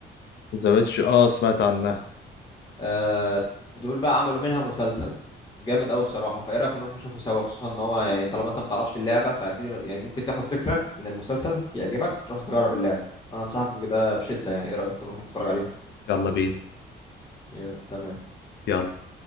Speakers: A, on the left; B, on the left.
A: زوجتش آه سمعت عنها
B: آه، دول بقى عملوا منها مسلسل جامد قوي بصراحه فايه رايك نروح نشوفه سوا خصوصا ان هو يعني طالما انت ما تعرفش اللعبه فاكيد يعني ممكن تاخد فكره من المسلسل يعجبك تروح تجرب اللعبه انا انصحك بده بشده يعني ايه رايك نروح نتفرج عليه
A: يلا بينا
B: يا- تمام
A: يلا